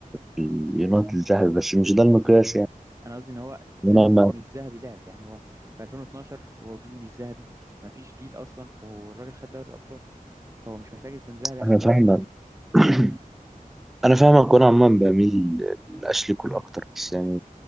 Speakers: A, in the centre; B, on the right (about 20°).
A: في اليونايتد الذهبي بس مش ده المقياس يعني
B: أنا قصدي إن هو
A: انا
B: ذهبي
A: ما
B: ومش ذهبي لعب يعني هو في 2012 هو جيل مش ذهبي ما فيش جيل أصلا والراجل خد دوري الأبطال هو مش محتاج يكون ذهبي عشان
A: انا فاهمك
B: يبان
A: <clears throat> انا فاهمك وانا عموما بميل لاشلي كول اكتر بس يعني